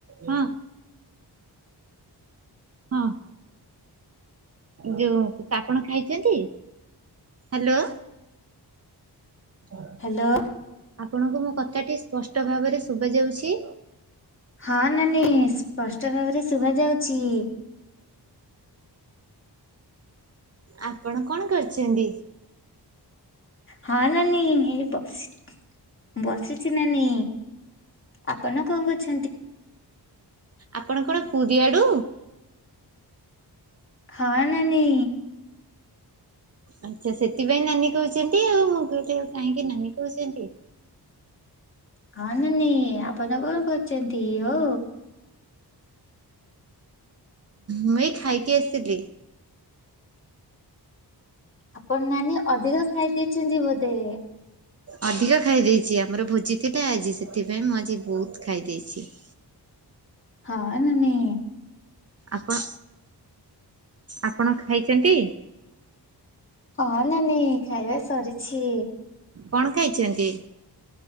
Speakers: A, on the right; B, on the left.
A: ହଁ। ହଁ, ଯୋଉ ଆପଣ ଖାଇଛନ୍ତି? ହ୍ୟାଲୋ? ହ <inaudible>
B: ହ୍ୟାଲୋ?
A: ଆପଣଙ୍କୁ ମୋ କଥାଟି ସ୍ପଷ୍ଟ ଭାବରେ ଶୁଭା ଯାଉଛି?
B: ହଁ ନାନୀ ସ୍ପଷ୍ଟ ଭାବରେ ଶୁଭା ଯାଉଛି।
A: ଆପଣ କଣ କରିଛନ୍ତି?
B: ହଁ ନାନୀ ଏ ବସି ବସିଛି ନାନୀ, ଆପଣ କଣ କରୁଛ
A: ଆପଣ କଣ ପୁରୀ ଆଡୁ?
B: ହଁ ନାନୀ।
A: ଆଚ୍ଛା ସେଥିପାଇଁ ନାନୀ କହୁଛନ୍ତି ଆଉ, ମୁଁ କହିଲି ଆଉ କାହିଁକି ନାନୀ କହୁଛନ୍ତି?
B: ହଁ ନାନୀ ଆପଣ କଣ କରୁଛନ୍ତି ହୋ?
A: ମୁଁ ଏଇ ଖାଇକି ଆସିଲି।
B: ଆପଣ ନାନୀ ଅଧିକ ଖାଇ ଦେଇଛନ୍ତି ବୋଧେ?
A: ଅଧିକ ଖାଇ ଦେଇଛି ଆମର ଭୋଜି ଥିଲା ଆଜି ସେଥିପାଇଁ ମୁଁ ଆଜି ବହୁତ ଖାଇ ଦେଇଛି। <inaudible>
B: ହଁ ନାନୀ।
A: ଆପଣ, ଆପଣ ଖାଇଚନ୍ତି?
B: ହଁ ନାନୀ, ଖାଇବା ସରିଛି।
A: କଣ ଖାଇଛନ୍ତି?